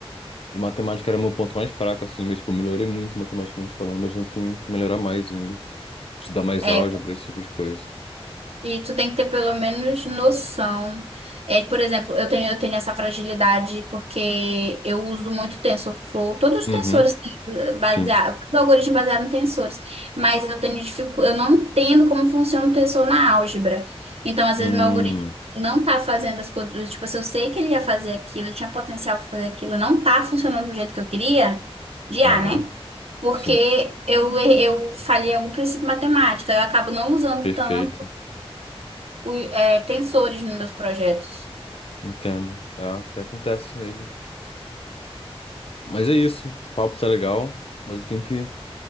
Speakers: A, on the left; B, on the right.
A: E matemática era meu ponto mais fraco, assim, mas, tipo, eu melhorei muito matematicamente falando, mas ainda tem que melhorar mais ainda. Estudar mais
B: É,
A: álgebra, esse tipo de coisa.
B: E tu tem que ter pelo menos noção. É, por exemplo, eu tenho, eu tenho essa fragilidade porque eu uso muito TensorFlow. Todos os
A: Uhum,
B: tensores têm, eh, baseado,
A: sim.
B: os algoritmos baseados em tensores, mas eu tenho dificu, eu não entendo como funciona o tensor na álgebra. Então, às
A: Hum,
B: vezes meu algoritmo não tá fazendo as coisas, tipo, se eu sei que ele ia fazer aquilo, ele tinha potencial para fazer aquilo, não tá funcionando do jeito que eu queria, de
A: aham,
B: A, né? Porque
A: sim.
B: eu, eu falhei algum princípio matemático, eu acabo não usando
A: Perfeito.
B: tanto o- é, tensores nos meus projetos.
A: Entendo. É, isso que acontece mesmo. Mas é isso. O papo tá legal, mas eu tenho que